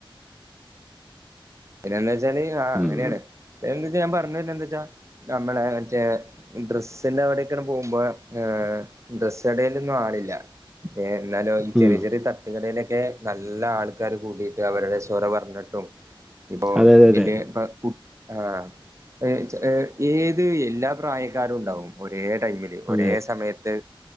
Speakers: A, on the right; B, in the centre.
A: പിന്നെ എന്താച്ചാല് ആഹ്
B: ഉം
A: അങ്ങനേണ് പിന്നെ എന്തെച്ചാ ഞാൻ പർഞ്ഞര്ണെന്തെച്ചാ നമ്മളെ മറ്റേ ഡ്രസ്സിന്റെ അവിടൊക്കെ പോകുമ്പോ ആഹ് ഡ്രസ് കടയിലൊന്നും ആളില്ല എന്നാലോ ഈ ചെറിയ
B: ഉം
A: ചെറിയ തട്ട തട്ടുകടയിലൊക്കെ നല്ല ആൾക്കാര് കൂടിട്ട് അവരുടെ സ്വര പറഞ്ഞിട്ടും ഇപ്പൊ
B: അതെ അതെ
A: വല്യെ
B: അതെ
A: പ കു ആഹ് ചെ ഏഹ് ഏത് എല്ലാ പ്രായക്കാരുണ്ടാവും ഒരേ ടൈമ് ഒരേ
B: അതെ
A: സമയത്ത്